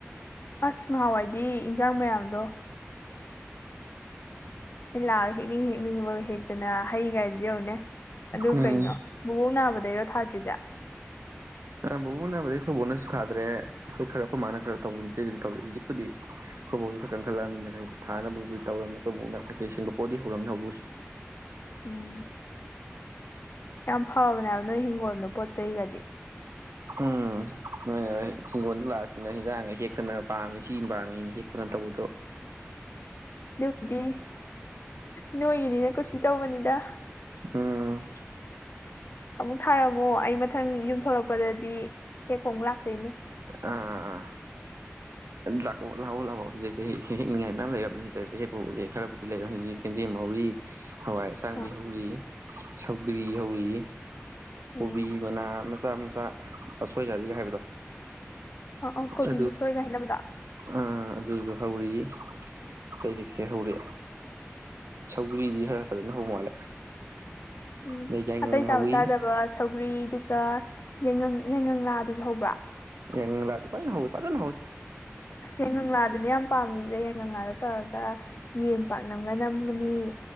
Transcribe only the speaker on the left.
ꯑꯁ ꯉꯍꯥꯟꯋꯥꯏꯗꯤ ꯏꯟꯖꯥꯡ ꯃꯌꯥꯝꯗꯣ ꯏꯂ ꯍꯦꯛꯅꯤ ꯍꯦꯅꯤ ꯍꯦꯛꯇꯅ ꯍꯩꯒꯥꯏ ꯌꯧꯅꯦ ꯑꯗꯨ
ꯀꯩꯅꯣ ꯕꯨꯕꯣꯛ ꯅꯥꯕꯗꯩꯔꯣ ꯊꯥꯗ꯭ꯔꯤꯁꯦ
ꯎꯝ ꯌꯥꯝ ꯐꯕꯅꯦꯕ ꯅꯣꯏ ꯍꯤꯡꯒꯣꯜꯗꯣ ꯄꯣꯠ ꯆꯩꯒꯗꯤ
ꯑꯗꯨꯕꯨꯗꯤ ꯅꯣꯏꯒꯤꯅꯤꯅ ꯀꯨꯁꯤ ꯇꯧꯕꯅꯤꯗ
ꯑꯃꯨꯛ ꯊꯥꯔꯝꯃꯣ ꯑꯩ ꯃꯊꯪ ꯌꯨꯝꯊꯣꯔꯛꯄꯗꯗꯤ ꯍꯦ ꯐꯣꯝ ꯂꯥꯛꯇꯅꯦ
ꯑꯥ
ꯎꯝ
ꯑꯥ ꯑꯥ ꯀꯣꯕꯤ
ꯃꯁꯣꯏꯒ ꯍꯥꯏꯅꯕꯗꯣ
ꯎꯝ
ꯑꯇꯩ ꯆꯥꯕ
ꯆꯥꯗꯕ ꯁꯧꯒ꯭ꯔꯤ ꯑꯗꯨꯒ ꯌꯥꯏꯉꯪ ꯌꯥꯏꯉꯪ ꯂꯥꯛꯑ ꯑꯗꯨꯁꯨ ꯍꯧꯕ꯭ꯔꯥ
ꯑꯁ ꯌꯥꯏꯉꯪꯂꯥꯗꯨꯅꯦ ꯌꯥꯝ ꯄꯥꯝꯃꯤꯖꯦ ꯌꯥꯏꯉꯪꯂꯥꯗ ꯇꯧꯔꯒ ꯌꯦꯟ ꯄꯥꯛꯅꯝꯒ ꯅꯝꯃꯅꯤ